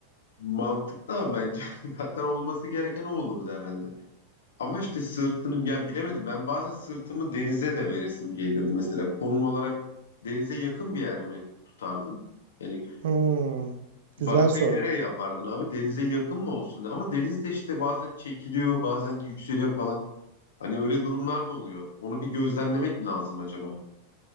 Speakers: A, on the left (about 65°); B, on the right (about 55°).
A: Mantıklı ama bence <laughs> zaten olması gereken o olurdu herhalde. Ama işte sırtını ya bilemedim. Ben bazen sırtımı denize de veresim gelirdi mesela. Konum olarak denize yakın bir yer mi tutardın? Yani
B: Hmm,
A: Barakayı
B: güzel soru.
A: nereye yapardın abi? Denize yakın mı olsun? Ama deniz de işte bazen çekiliyor, bazen yükseliyor falan. Hani öyle durumlar da oluyor. Onu bir gözlemlemek mi lazım acaba?